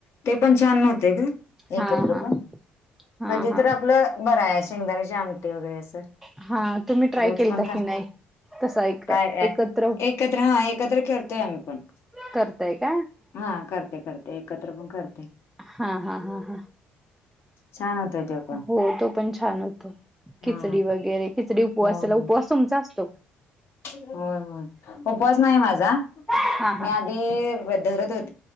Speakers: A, on the left (about 50°); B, in the centre.
A: ते पण छान होव्हते का
B: हा
A: एकत्र
B: हा
A: पण
B: हा
A: कधी
B: हा
A: तर आपलं बरं आहे शेंगदाारचे आमटे वगैरे असं.
B: हा तुम्ही ट्राय
A: रोज
B: केलता
A: पण का
B: की नाही तसा एक
A: काय
B: एकत्र
A: एकत्र हा एकत्र करतोय आम्ही पण.
B: करताय का.
A: हा करते करते एकत्र पण करते.
B: हा हा हा हा..
A: छान होतय तेव.
B: हो तो पण छान होतो खिचडी
A: हा
B: वगैरे खिचडी उपवासाला
A: हो हो
B: उपवास तुमचा असतो का.
A: होय होय उपवास नाही माझा
B: हा हा
A: मी आधीधरत होते.